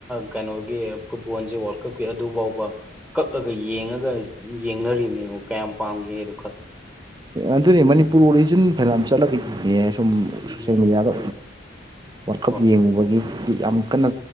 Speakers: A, in the centre; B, on the right.
A: ꯀꯩꯅꯣꯒꯤ ꯐꯨꯠꯕꯣꯜꯁꯦ ꯋꯥꯔꯜ ꯀꯞꯀꯤ ꯑꯗꯨ ꯐꯥꯎꯕ ꯀꯛꯑꯒ ꯌꯦꯡꯉꯒ ꯌꯦꯡꯅꯔꯤꯕꯅꯤ ꯌꯦꯡꯉꯣ ꯀꯌꯥꯝ ꯄꯥꯝꯒꯦꯗ ꯈꯜꯂꯣ
B: ꯑꯗꯨꯅꯦ ꯃꯅꯤꯄꯨꯔ
A: ꯎꯝ
B: ꯑꯣꯔꯤꯖꯟ
A: ꯎꯝ
B: ꯐꯅꯝ ꯆꯠꯂꯒꯗꯤꯅꯦ ꯁꯨꯝ ꯁꯣꯁꯌꯦꯜ
A: ꯎꯝ
B: ꯃꯦꯗꯤꯌꯥꯗ ꯋꯥꯔꯀꯞ
A: ꯍꯣꯏ
B: ꯌꯦꯡꯉꯨꯕꯒꯤꯗꯤ ꯌꯥꯝ ꯀꯟꯅ